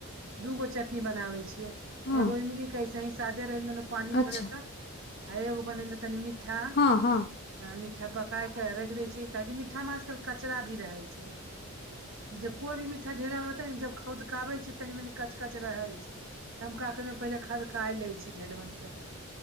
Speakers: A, on the right; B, on the left.
A: दूगो चटनी बनाबै छियै
B: हाँ,
A: एगो इमिली कऐसे ही सादे रह पान
B: अच्छा।
A: थड़ा सा आ एगो बनेलो तनी मिट्टी ठा
B: हँ हँ
A: ह मिठ्ठा पकाय कऽ राखि दै छियै काहेकि मिठामे आजकल कचरा भी रहै छै जब कोइ भी मिठा ढेला रहतै ने जब खौदकाऽ बै छै तनी मनी कच कच रहै छै हम का कैर पहिले खदका लै छै ढेलबन के